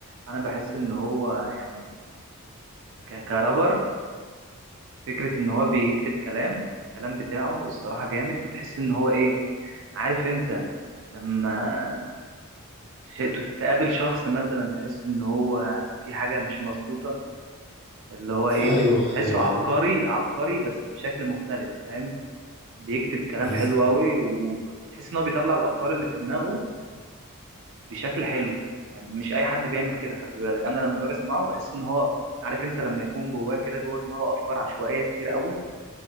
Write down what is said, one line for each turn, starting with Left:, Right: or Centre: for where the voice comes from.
Right: انا بحس ان هو يعني ك- كرابر فكرة إن هو بيكتب كلام الكلام بتاعه الصراحة جامد وتحس إن هو إيه عارف أنت لما تش- تقابل شخص مثلا تحس إن هو في حاجة مش مظبوطة اللي هو إيه
Left: ايوه ايوه
Right: تحسه عبقري
Left: ايوه
Right: عبقري بس بشكل مختلف فاهم بيكتب كلام
Left: عز...
Right: حلو أوي وبتحس إن هو بيطلع الأفكار اللي في دماغه بشكل حلو يعني مش أي حد بيعمل كده خلي بالك أنا لما باجي أسمعه بحس إن هو عارف أنت لما يكون جواه كده جوه دماغه أفكار عشوائية كتير أوي